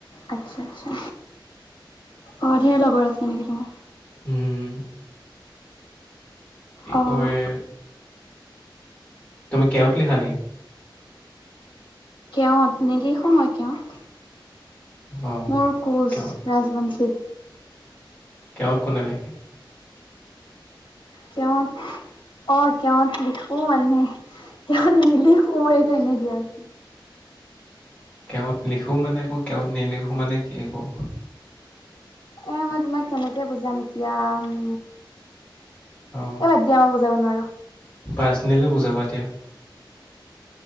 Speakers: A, on the left; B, on the left.
A: আচ্ছা আচছা অ, ধেৰ লগৰ আছে নেকি তোমাৰ?
B: উম। কি
A: অ',
B: কয় তুমি কেওত লিখা নেকী?
A: কেওট নিলিখো মই কেওট।
B: অ
A: মোৰ কোঁচ
B: কেওত
A: ৰাজবংশী।
B: কেওট কোনে লিখে?
A: কৱ <unintelligible> অ, কেওট লিখো মানে কেৱত নিলি সোমৰে এইটো এনে দিয়া আছে।
B: কেত লিখো মানে আকৌ কেৱত নিলিখো মানে কি আকৌ।
A: এ মই তোমাক কেনেকে বুজাম এতিয়া উ
B: অ
A: এইবাদ দিয়া আমাক বুজাব নোৱাৰো
B: পাৰ্চনেলি বুজাবা দিয়া